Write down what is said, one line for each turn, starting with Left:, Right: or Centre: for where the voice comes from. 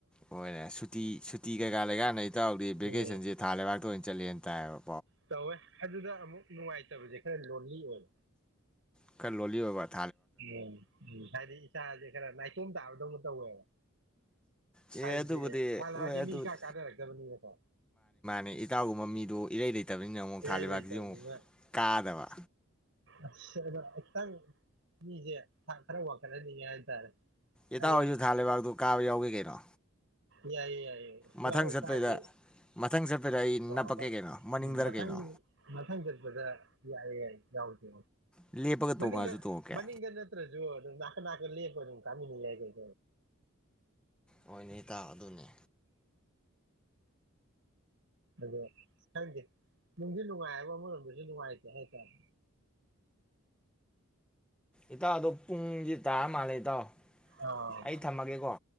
Centre: ꯍꯣꯏ ꯁꯨꯇꯤ ꯇꯤ ꯀꯩꯀꯥꯂꯩꯒꯅꯤ <unintelligible> ꯏꯇꯥꯎꯗꯤ ꯚꯦꯀꯦꯁꯟꯁꯤ
Right: ꯎꯝ
Centre: ꯊꯥꯂꯕꯥꯛꯇ ꯑꯣꯏꯅ ꯆꯂꯤꯍꯥꯏꯅ ꯇꯥꯏꯕ
Right: ꯇꯧꯋꯦ ꯑꯗꯨꯗ ꯑꯃꯨꯛ ꯅꯨꯡꯉꯥꯏꯇꯕꯁꯦ ꯈꯔ ꯂꯣꯟꯂꯤ ꯑꯣꯏꯕ꯫
Centre: <unintelligible>
Right: ꯎꯝ ꯎꯝ ꯍꯥꯏꯗꯤ ꯏꯁꯥꯁꯦ ꯈꯔ ꯅꯥꯏꯇꯣꯝ ꯇꯥꯕꯗꯧꯅ ꯇꯧꯌꯦꯕ
Centre: ꯑꯦ
Right: ꯍꯥꯏꯕꯗꯤ
Centre: ꯑꯗꯨꯕꯨꯗꯤ
Right: ꯊꯥꯂꯩꯕꯥꯛꯁꯤ
Centre: ꯍꯣꯏ ꯑꯗꯨꯕꯨꯗꯤ
Right: ꯃꯤ ꯏꯀꯥ ꯀꯥꯅꯔꯛꯇꯕꯅꯤꯅꯀꯣ꯫
Centre: ꯑꯗꯩ ꯏꯇꯥꯎꯒꯨꯝꯕ ꯃꯤꯗꯣ ꯏꯔꯩ ꯂꯩꯇꯕꯅꯤꯅ ꯑꯃꯨꯛ
Right: ꯏꯔꯩ
Centre: ꯊꯥꯕꯥꯛꯁꯤꯗꯤ
Right: ꯂꯩꯇꯕꯅꯤꯅ
Centre: ꯑꯃꯨꯛ ꯀꯥꯗꯕ꯫
Right: ꯑꯁ ꯑꯗꫭ ꯈꯤꯇꯪ ꯃꯤꯁꯦ ꯊꯥꯛ ꯈꯔ ꯋꯥꯈꯠꯍꯟꯅꯤꯡꯉꯦ ꯍꯥꯏꯇꯥꯔꯦ꯫
Centre: ꯢꯇꯥꯎ
Right: ꯍꯥꯏꯗꯤ
Centre: ꯑꯣꯏꯁꯨ ꯊꯥ ꯂꯩꯕꯥꯛꯇꯨ <unintelligible> ꯀꯥꯕ ꯌꯥꯎꯒꯦ ꯀꯩꯅꯣ
Right: ꯌꯥꯏꯌꯦ ꯌꯥꯏꯌꯦ ꯂꯥꯛꯑꯣ
Centre: ꯃꯊꯪ ꯆꯠꯄꯩꯗ
Right: ꯀꯥꯁꯦ
Centre: ꯃꯊꯪ ꯆꯠꯄꯗ ꯑꯩ ꯅꯞꯄꯛꯀꯦ
Right: ꯎꯝ
Centre: ꯀꯩꯅꯣ ꯃꯅꯤꯡꯗꯔ
Right: ꯃꯊꯪ
Centre: ꯀꯩꯅꯣ
Right: ꯃꯊꯪ ꯆꯠꯄꯗ ꯌꯥꯏꯑꯦ ꯌꯥꯏ ꯌꯥꯎꯁꯦ
Centre: ꯂꯦꯞꯄꯒ
Right: ꯃꯅꯤꯡꯗ
Centre: ꯇꯣꯡꯉꯛꯑꯁꯨ ꯇꯣꯡꯉꯛꯀꯦ
Right: ꯃꯅꯤꯡꯗ ꯅꯠꯇ꯭ꯔꯁꯨ ꯑꯗꯨꯝ ꯅꯥꯀꯟ ꯅꯥꯀꯟ ꯂꯦꯞꯄ ꯑꯗꯨꯝ ꯀꯥꯃꯤꯟꯅ ꯌꯥꯏ ꯀꯩ
Centre: ꯍꯣꯏꯅꯦ ꯏꯇꯥꯎ ꯑꯗꯨꯅꯦ
Right: ꯑꯗꯣ ꯈꯪꯗꯦ ꯅꯨꯡꯗꯤ ꯅꯨꯡꯉꯥꯏꯕ ꯑꯃꯔꯣꯝꯗꯁꯨ ꯅꯨꯡꯉꯥꯏꯇꯦ ꯍꯥꯏꯇꯥꯔꯦ
Centre: ꯏꯇꯥꯎꯗꯣ ꯄꯨꯡꯁꯦ ꯇꯥ ꯃꯥꯜꯂꯦ ꯏꯇꯥꯎ
Right: ꯑꯥ
Centre: ꯑꯩ ꯊꯝꯃꯒꯦꯀꯣ